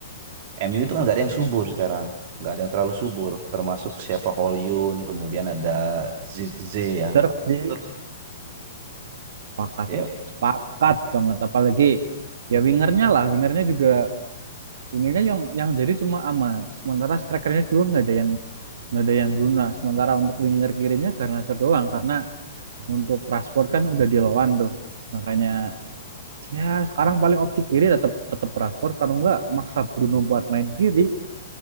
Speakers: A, on the right (about 50°); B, on the right (about 70°).
A: MU itu kan nggak ada yang subur sekarang, nggak ada yang terlalu subur. Termasuk siapa Hollywood, kemudian ada Zirkzee ya.
B: bener
A: Tur-
B: sepakat
A: Ya,
B: sepakat banget apalagi ya wingernya lah wingernya juga wingernya yang yang jadi cuma amat sementara strikernya dua nggak ada yang nggak ada yang guna sementara untuk winger kirinya Garnacho doang karena untuk Rashford kan udah dilawan tuh makanya ya sekarang paling opsi kiri tetap tetap Rashford kalau nggak maksa Bruno buat main kiri